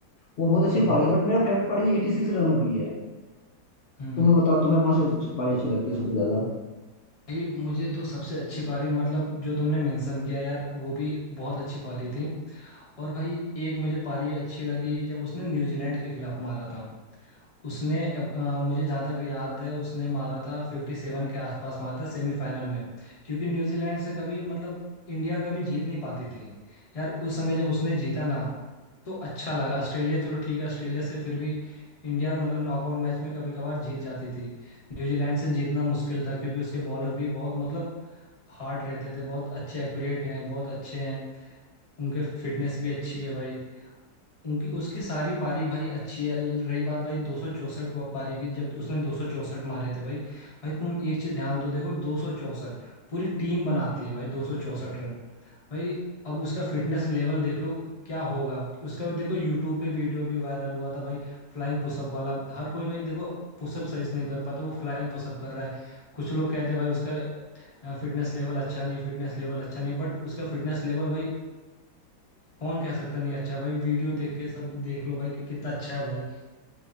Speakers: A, on the left (about 80°); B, on the left (about 30°).
A: वो बहुत अच्छी
B: हम्म
A: पारी है बट मेरा फेवरेट पारी एटी सिक्स रनों की है
B: हम्म
A: तुम्हें बताओ तुम्हें कौन सी उसकी पारी अच्छी लगती है सबसे ज्यादा
B: भाई मुझे तो सबसे अच्छी पारी मतलब जो तुमने मेंशन किया यार वो भी बहुत अच्छी पारी थी और भाई एक मुझे पारी अच्छी लगी जब उसने न्यूजीलैंड के खिलाफ मारा था उसने अ, मुझे जहाँ तक याद है उसने मारा था फिफ्टी सेवन के आसपास मारा था सेमीफाइनल में क्योंकि न्यूजीलैंड से कभी मतलब इंडिया कभी जीत नहीं पाती थी यार उस समय जब उसने जीता ना तो अच्छा लगा ऑस्ट्रेलिया चलो ठीक है ऑस्ट्रेलिया से फिर भी इंडिया मतलब नॉकआउट मैच में कभी कभार जीत जाती थी न्यूजीलैंड से जीतना मुश्किल था क्योंकि उसके बॉलर भी बहुत मतलब हार्ड रहते थे बहुत अच्छे एक्यूरेट हैं बहुत अच्छे हैं उनके फिटनेस भी अच्छी है भाई उनकी उसकी सारी पारी भाई अच्छी है रही बात भाई दो सौ चौसठ पारी की जब उसने दो सौ चौसठ मारे थे भाई भाई तुम एक चीज ध्यान दो देखो दो सौ चौसठ पूरी टीम बनाती है भाई दो सौ चौसठ रन भाई अब उसका फिटनेस लेवल देख लो क्या होगा उसका भी देखो यूट्यूब पे वीडियो भी वायरल हुआ था भाई फ्लाइंग पुशअप वाला हर कोई भाई देखो पुशअप सही से नहीं कर पाता वो फ्लाइंग पुशअप कर रहा है कुछ लोग कहते हैं भाई उसका फिटनेस लेवल अच्छा नहीं फिटनेस लेवल अच्छा नहीं बट उसका फिटनेस लेवल भाई कौन कह सकता नहीं अच्छा भाई वीडियो देख के सब देख लो भाई कि कितना अच्छा है भाई